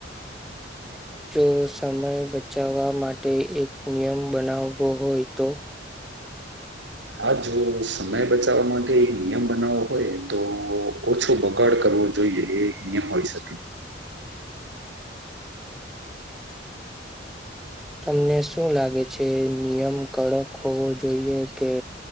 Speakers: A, in the centre; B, on the right.
A: જો સમય બચાવવા માટે એક નિયમ બનાવવો હોય તો
B: હા જો સમય બચાવવા માટે એક નિયમ બનાવવો હોય તો ઓછો બગાડ કર વો જોઈએ એ નિયમ હોય શકે
A: તમને શું લાગે છે નિયમ કડક હોવો જોઈએ કે